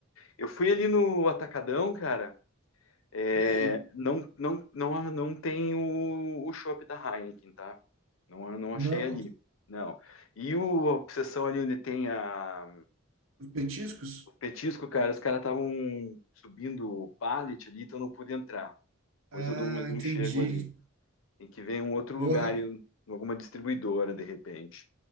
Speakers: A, on the left; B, on the right.
A: Eu fui ali no Atacadão, cara. É,
B: E aí?
A: não, não, não, não tem o, o chopp da Heineken, tá? Não, não
B: Não,
A: achei ali. Não. E o a obsessão ali onde tem a,
B: os petiscos
A: o petisco, cara, os caras estavam subindo o pallet ali, então não pude entrar.
B: Ah,
A: Pois eu dou mais um
B: entendi.
A: chego ali. Tem que ver um outro
B: Porra,
A: lugar, em alguma distribuidora, de repente.